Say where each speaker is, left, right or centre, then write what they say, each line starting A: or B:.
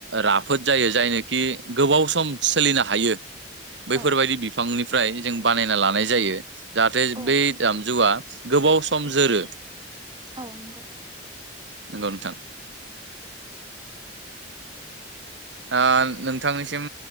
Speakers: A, on the right; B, on the right.
A: राफोद जायो जायनोखि गोबाव सम सोलिनो हायो। बैफोर
B: औ
A: बायदि बिफांनि फ्राय जों बानाय लानाय जायो जाहाथे
B: औ
A: बै दामजुआ गोबाव सम जोरो
B: औ नंगौ
A: नंगौ नोंथां ओ नोंथांनिसिम